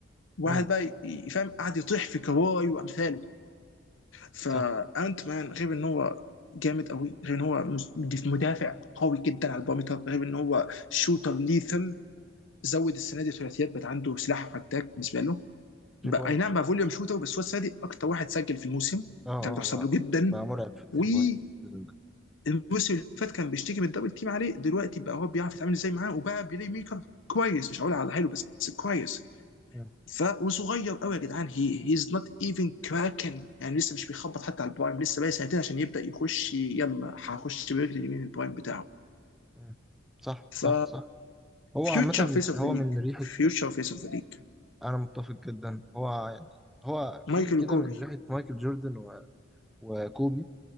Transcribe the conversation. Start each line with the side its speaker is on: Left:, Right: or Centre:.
Left: واحد
Centre: مم.
Left: بقى يفهم قاعد يطيح في كواي وامثاله فانت
Centre: صح
Left: مان غير ان هو جامد قوي غير ان هو مدافع قوي جدا على البارامتر غير ان هو شوتر ليثل زود السنه دي ثلاثيات بقى عنده سلاح فتاك بالنسبه له
Centre: 3
Left: بقى اي نعم بقى فوليوم شوتر بس هو السنه دي اكتر واحد سجل في الموسم
Centre: اه اه
Left: ده بتحسب
Centre: بقى,
Left: له جدا
Centre: بقى مرعب في الثري
Left: والموسم
Centre: بوينتس السيزون ده
Left: اللي فات كان بيشتكي من الدبل تيم عليه دلوقتي بقى هو بيعرف يتعامل ازاي معاه وبقى بيلي ميكر كويس مش هقول على حلو بس كويس
Centre: مم.
Left: ف وصغير قوي يا جدعان هي هيز نوت ايفن كراكن يعني لسه مش بيخبط حتى على البرايم لسه بقى سنتين عشان يبدا يخش يلا هخش برجلي اليمين البرايم بتاعه
Centre: مم. صح
Left: ف
Centre: صح صح هو
Left: فيوتشر
Centre: عامة
Left: فيس اوف
Centre: هو
Left: ذا ليج
Centre: من ريحة
Left: فيوتشر فيس اوف ذا ليج
Centre: أنا متفق جدا هو يعني هو في
Left: مايكل
Centre: كده
Left: وكوبي
Centre: من ريحة مايكل جوردن و... وكوبي